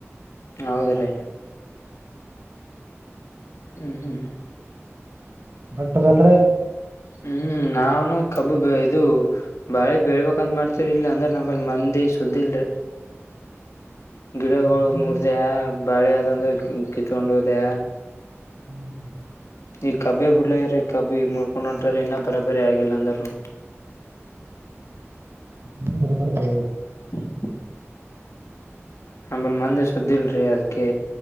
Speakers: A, on the left (about 75°); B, on the right (about 55°).
A: ಹೌದ್ರೀ ಹ್ಮ್ ಹ್ಮ್ ಹ್ಮ
B: ಬಟ್ಟ ಮಲ್ ರ <unintelligible>
A: ಹ <inaudible> ಹ್ಮ್ ನಾವನು ಕಬ್ಬು ಇದು ಬಾಳೆ ಬೆಳ್ಬೇಕಕ್ಂತ ಮಾಡ್ತರಿ ಇಲ್ಲ ಅಂದ್ರೆ ನಮ್ಮಲ್ಲಿ ಮಂದಿ ಶುದಿ ಇಲ್ರಿ ಗಿಡಗಳು
B: ಮಂದಿಲ್ಲ
A: ಮುರಿದೆ ಬಾಳೆ ಅದಂದ ಕಿತ್ಕೊಂಡೋದೆ
B: ಹ್ಮ್್ಮ <unintelligible>
A: ಈ ಕಬೇ ಬುಳ್ಳೆಯ್ರ ಕಬ್ ಈಳ್ಕೊಂಡು ಹೊಂಟರ ನ ಬರ ರ ಆಗಿಲ್ಲ ಅಂದನು
B: ಮಂದಿರ್ಬಾರ್ದ್ರಿ
A: <unintelligible> <inaudible> ನಮ್ಮಲ್ ಮಂದಿ ಸ್ದಿಲ್ರಿ ಅದಕ್ಕೆ